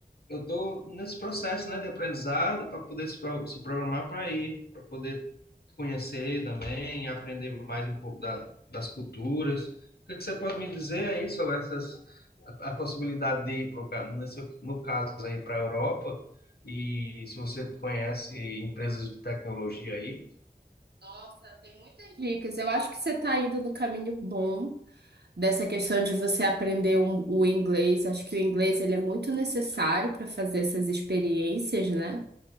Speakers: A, on the left (about 75°); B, on the right (about 90°).
A: eu estou nesse processo, né, de aprendizado para poder se, pro- se programar para ir, para poder conhecer também, aprender mais um pouco da, das culturas. O que é que você pode me dizer aí sobre essas a, a possibilidade de ir pro, ca- nesse, no caso aí para a Europa e se você conhece empresas de tecnologia aí?
B: Nossa, tem muitas dicas. Eu acho que você tá indo no caminho bom dessa questão de você aprender um- o inglês. Acho que o inglês ele é muito necessário para fazer essas experiências, né?